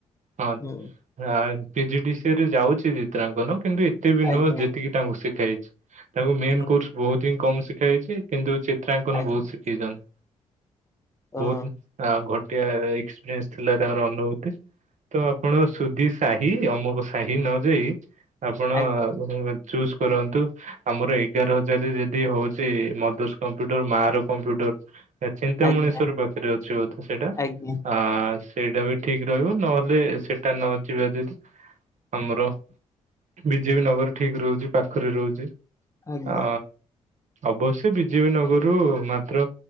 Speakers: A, on the right; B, on the left.
A: ହଁ।
B: ହୁଁ
A: ଆଁ P G D C A ରେ ଯାଉଚି ଚିତ୍ରାଙ୍କନ। କିନ୍ତୁ ଏତେ ବି
B: ଆଜ୍ଞା
A: ନୁହଁ ଯେତିକି ତାଙ୍କୁ ଶିଖା ହେଇଛି। ତାଙ୍କୁ ମେନ
B: ହୁଁ
A: କୋର୍ସ ବୋହୁତ ହିଁ କମ ଶିଖା ଯାଇଛି। କିନ୍ତୁ ଚିତ୍ରାଙ୍କନ
B: ଆଜ୍ଞା।
A: ବୋହୁତ ଶିଖେଇଚନ୍ତି। ବୋହୁତ
B: ଓହୋ
A: ଘଟିଆ ଏକ୍ସପିରିଏନ୍ସ ଥିଲା ତାଙ୍କର ଅନୁଭୂତି। ତ ଆପଣ ସୁଧି ସାହି ଅମକ ସାହି ନ ଯାଇ ଆପଣ
B: ଆ
A: ଚୁଜ୍ କରନ୍ତୁ। ଆମର ଏଗାର ହଜାର ଯଦି ହୋଉଚି ମଦରସ୍ କମ୍ପ୍ୟୁଟର ମା ର କମ୍ପ୍ୟୁଟର। ଚିନ୍ତାମଣିଶ୍ଵର
B: ଆଜ୍ଞା
A: ପାଖରେ ଅଛି ବୋଧେ ସେଇଟା
B: ଆଜ୍ଞା
A: ଆ ସେଇଟା ବି ଠିକ ରହିବ ନହେଲେ ସେଇଟା ନ ଯିବା ଯଦି ଆମର ବି ଜେ ପି ନଗର ଠିକ ରୋହୁଚି ପାଖରେ ରୋହୁଚି।
B: ଆଜ୍ଞା।
A: ଅ ଅବଶ୍ୟ ବି ଜେ ପି ନଗରରୁ ମାତ୍ର